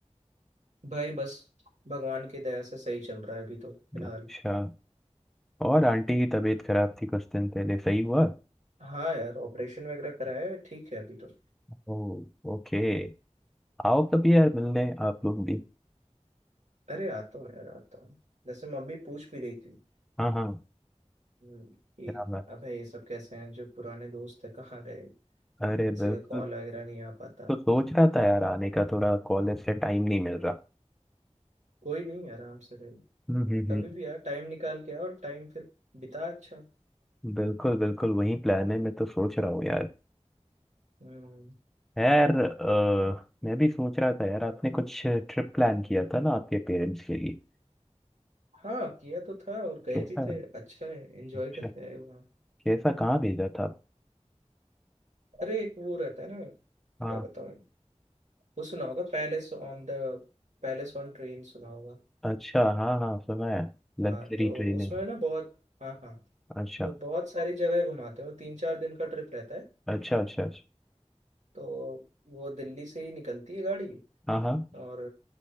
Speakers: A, on the right; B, in the centre.
A: भाई बस भगवान की दया से सही चल रहा है अभी तो फिलहाल
B: अच्छा और आंटी की तबीयत खराब थी कुछ दिन पहले सही हुआ
A: हाँ यार ऑपरेशन वगैरह कराया है ठीक है अभी तो
B: ओ ओके आओ कभी यार मिलने आप लोग भी
A: अरे आता हूँ यार आता हूँ वैसे मम्मी पूछ भी रही थी
B: हाँ हाँ
A: हम्म, कि
B: क्या बात
A: अब है ये सब कैसे हैं जो पुराने दोस्त है कहाँ गए
B: अरे
A: किसी
B: बिल्कुल
A: का कॉल वगैरह नहीं आ पाता
B: तो सोच रहा था यार आने का थोड़ा कॉलेज से टाइम नहीं मिल रहा
A: कोई नहीं आराम से रहे
B: हम्म हम्म
A: कभी भी यार टाइम निकाल के और टाइम फिर बिता अच्छा
B: हम्म, बिल्कुल बिल्कुल वही प्लान है मैं तो सोच रहा हूँ यार
A: हम्म
B: यार अ, मैं भी सोच रहा था यार आपने कुछ ट्रिप प्लान किया था ना आपके पेरेंट्स के लिए
A: हाँ किया तो था और गए
B: कैसा
A: भी थे अच्छा है एंजॉय
B: अच्छा
A: करके आए वहाँ
B: कैसा कहाँ भेजा था
A: अरे एक वो रहता है ना
B: हाँ
A: क्या बताऊँ वो सुना होगा palace on the Palace on train सुना होगा
B: अच्छा हाँ हाँ सुना है
A: हाँ
B: लग्जरी
A: तो
B: ट्रेन
A: उसमें
B: है
A: ना बहुत हाँ हाँ
B: अच्छा
A: तो बहुत सारी जगह घुमाते हो तीन चार दिन का ट्रिप रहता है
B: अच्छा अच्छा अच्छा
A: तो वो दिल्ली से ही निकलती है गाड़ी
B: हाँ हाँ
A: और